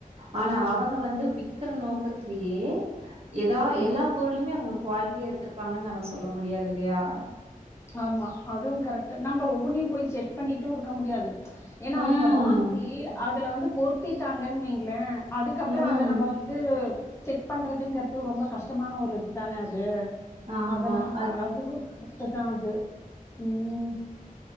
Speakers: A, on the right (about 45°); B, on the left (about 20°).
A: ஆனா
B: ம்
A: அவங்க வந்து விக்கற நோக்கத்தலயே எதா
B: ம்.
A: எல்லா பொருளுமே அவ்ங்க குவாலிட்டியா எடுத்திருப்பாங்கன் நம்ம சொல்ல முடியாது இல்லையா
B: ஆமா அதுவும் கரெக்ட் நம்ப ஒவ்வொன்னையும் போய் செக் பண்ணிட்டும் இருக்க முடியாது ஏனா அவுங்க
A: ம்.
B: வாங்கி அதுல வந்து பொருத்திட்டாங்கன் வைங்களே அதுக்கப்றோ
A: ம்.
B: அத நம்ப வந் ந்து செக் பண்றதுங்குறது ரொம்ப கஷ்டமான ஒரு இதுதான அது
A: ஆமா.
B: அதனால
A: அது
B: அதுவும் கரெக்ட் தான் அது ம்